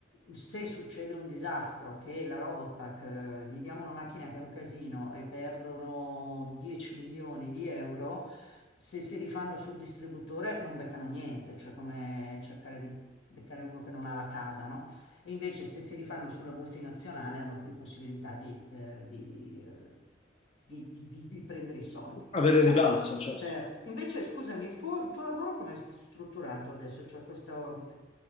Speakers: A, on the left; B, on the left.
A: se succede un disastro, che la Robopack, eh, gli diamo una macchina che è un casino e perdono 10 milioni di euro, se si rifanno sul distributore non beccano niente, cioè come cercare di beccare uno che non ha la casa, no? E invece se si rifanno sulla multinazionale hanno più possibilità di, eh, di, eh, di- di- di- di prendere i soldi.
B: Avere
A: Ma
B: rivalsa, certo.
A: certo, invece scusami, il tuo, il tuo lavoro come è strutturato adesso? Cioè questo...